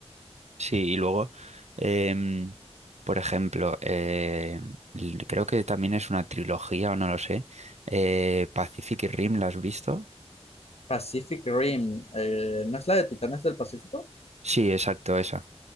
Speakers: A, on the right; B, on the left.
A: Sí, y luego, em, por ejemplo, eh, l- creo que también es una trilogía, o no lo sé, eh, Pacific Rim, ¿la has visto?
B: Pacific Rim, eh, ¿no es la de Titanes del Pacífico?
A: Sí, exacto, esa.